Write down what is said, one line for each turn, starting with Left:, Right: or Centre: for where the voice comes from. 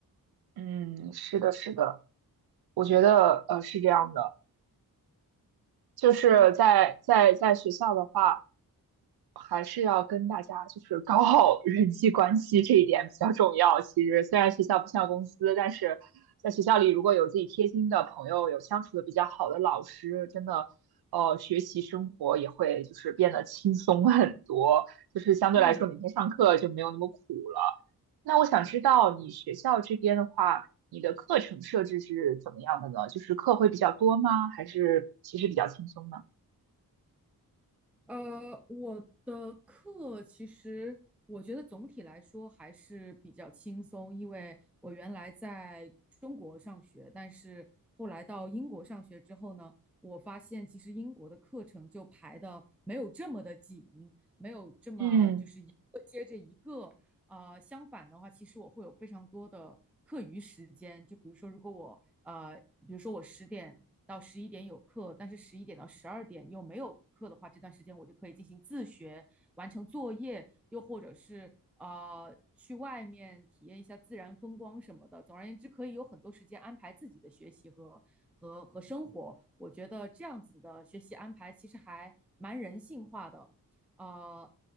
Right: 嗯，是的，是的，我觉得呃是这样的，就是在在在学校的话。
Centre: 嗯
Right: 还是要跟大家就是搞好 <laughs> 人际关系这一点比较重要。其实虽然学校不像公司，但是在学校里如果有自己贴心的朋友，有相处的比较好的老师，真的，呃，学习生活也会就是变得轻松很多，就是相对来说每天上课就没有那么苦了。
Centre: 嗯，
Right: 那我想知道你学校这边的话，你的课程设置是怎么样的呢？就是课会比较多吗？还是其实比较轻松呢？
Centre: 呃，我的课其实我觉得总体来说还是比较轻松，因为我原来在中国上学，但是后来到英国上学之后呢，我发现其实英国的课程就排的没有这么的紧，没有这么就是一个接着一个。
Right: 嗯
Centre: 呃，相反的话，其实我会有非常多的课余时间，就比如说，如果我呃，比如说我十点到十一点有课，但是十一点到十二点又没有课的话，这段时间我就可以进行自学，完成作业，又或者是呃去外面体验一下自然风光什么的。总而言之，可以有很多时间安排自己的学习和和和生活。我觉得这样子的学习安排其实还蛮人性化的，啊